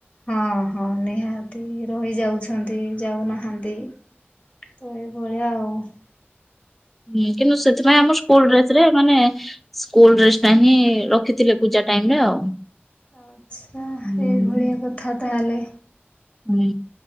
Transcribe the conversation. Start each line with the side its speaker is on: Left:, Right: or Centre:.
Left: ହଁ ହଁ ନିହାତି ରହିଯାଉଛି। ଅନ୍ତି ଯାଉନାହାନ୍ତି। ତ ଏଇଭଳିଆ ଆଉ ଓ ହ
Centre: ହୁଁ କିନ୍ତୁ ସେଥିପାଇଁ ଆମ ସ୍କୁଲ ଡ୍ରେସ୍ ରେମାନେ ସ୍କୁଲ ଡ୍ରେସ ଟା ହିଁ ରଖିଥିଲେ ପୂଜା ଟାଇମ ରେ ଆଉ
Left: ଆଛା
Centre: ହୁଁ
Left: ଏଇଭଳିଆ କଥା ତାହଲେ
Centre: ହୁଁ